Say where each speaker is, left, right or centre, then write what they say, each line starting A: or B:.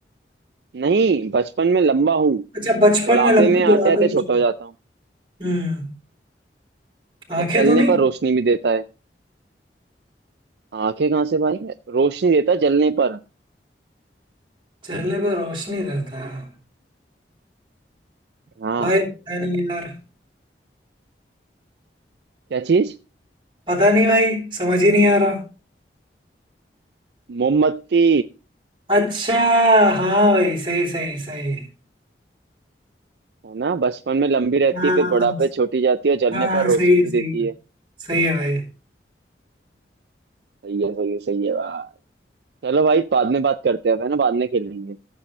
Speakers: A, on the right; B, on the right.
A: नहीं बचपन में लंबा हूँ
B: अच्छा बचपन
A: बुढ़ापे
B: में लंबा
A: में आते
B: बुढ़ापे
A: आते
B: में
A: छोटा
B: छोटा
A: हो जाता हूँ
B: हम्म आंखें
A: और जलने
B: तो नहीं
A: पर रोशनी भी देता है आंखें कहाँ से भाई रोशनी देता है जलने पर
B: चेहरे पे रोशनी रहता है
A: हाँ
B: भाई पता नहीं यार
A: क्या चीज
B: पता नहीं भाई समझ ही नहीं आ रहा
A: मोमबत्ती
B: अच्छा हाँ भाई सही सही सही
A: है ना बचपन में लंबी रहती
B: हाँ
A: है फिर बुढ़ापे छोटी जाती है और जलने
B: हाँ
A: पर रोशनी
B: सही है
A: भी
B: सही
A: देती
B: है
A: है
B: सही है भाई
A: सही है सही है सही है भाई चलो भाई बाद में बात करते हैं है ना बाद में खेलेंगे